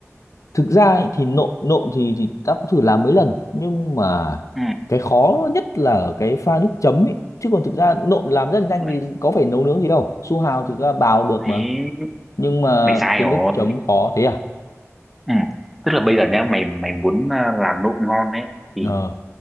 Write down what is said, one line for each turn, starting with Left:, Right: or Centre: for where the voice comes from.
Left: thực ra ấy, thì nộm nộm thì thì ta cũng thử làm mấy lần nhưng mà
Centre: Ừ.
Left: cái khó nhất là ở cái pha nước chấm ấy chứ còn thực ra nộm làm rất là nhanh
Centre: Mày-
Left: vì có phải nấu nướng gì đâu su hào thì ta bào được
Centre: Đấy,
Left: mà nhưng mà
Centre: mày sai
Left: cái
Centre: rồi.
Left: nước chấm khó thế à
Centre: Ừ. Tức là bây giờ nhá, mày mày muốn ờ, làm nộm ngon đấy thì
Left: ờ